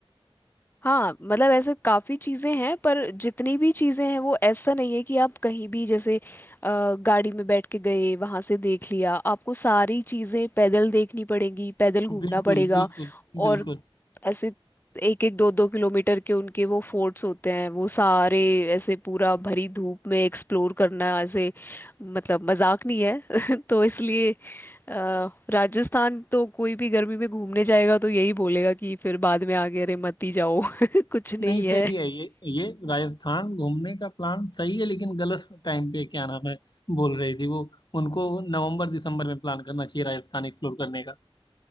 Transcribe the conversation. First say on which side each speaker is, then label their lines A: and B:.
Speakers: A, on the left; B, on the left.
A: हाँ मतलब ऐसे काफ़ी चीज़ें हैं पर जितनी भी चीज़ें हैं वो ऐसा नहीं है कि आप कहीं भी जैसे अ, गाड़ी में बैठ के गए वहाँ से देख लिया आपको सारी चीज़ें पैदल देखनी पड़ेंगी पैदल घूमना
B: बिल्कुल
A: पड़ेगा
B: बिल्कुल बिल्कुल
A: और ऐसे एक एक दो दो किलोमीटर के उनके वो फोर्ट्स होते हैं वो सारे ऐसे पूरा भरी धूप में एक्सप्लोर करना ऐसे मतलब मजाक नहीं है <laughs> तो इसलिए अ, राजस्थान तो कोई भी गर्मी में घूमने जाएगा तो यही बोलेगा कि फिर बाद में आगे अरे मत ही जाओ <laughs> कुछ नहीं
B: नहीं सही
A: है
B: है ये ये राजस्थान घूमने का प्लान सही है लेकिन गलत टाइम पे क्या नाम है बोल रही थी वो उनको नवंबर दिसंबर में प्लान करना चाहिए राजस्थान एक्सप्लोर करने का